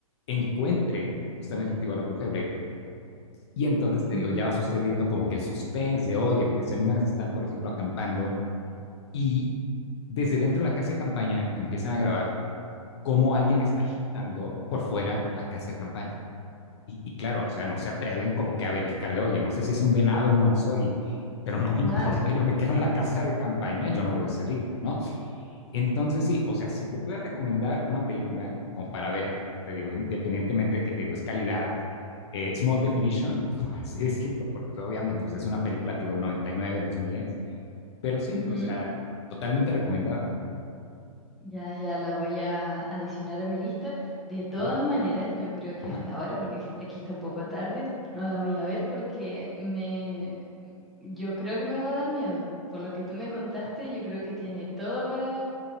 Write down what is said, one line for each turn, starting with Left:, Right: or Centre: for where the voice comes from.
Left: encuentren justamente te digo, a la bruja de Blair. Y entonces te
Centre: Ujú,
Left: digo, ya va sucediendo como que el suspense de, oye, pues en una vez están, por ejemplo, acampando y desde dentro de la casa de campaña empiezan a grabar cómo alguien está agitando por fuera la casa de campaña. Y, y claro, o sea, no se atreven como que a verificar de, oye, no sé si es un venado, un oso, y, pero no me
Centre: Claro.
Left: importa, yo me quedo en la casa de campaña, yo no voy a salir, ¿no? Entonces, sí, o sea, si te puedo recomendar una película como para ver, te digo, independientemente de que te digo, es calidad, eh, small definition, <laughs> por así decirlo, porque pues, obviamente
Centre: Ujú,
Left: pues, es una película, te digo, 99, 2000, pero sí,
Centre: ujú.
Left: o sea, totalmente recomendada.
Centre: Ya, ya la voy a adicionar a mi lista. De todas
Left: Ajá,
Centre: maneras, yo creo que
Left: ajá,
Centre: hasta ahora, porque aquí aquí está un poco tarde, no la voy a ver porque me, yo creo que me va a dar miedo. Por lo que tú me contaste, yo creo que tiene todo para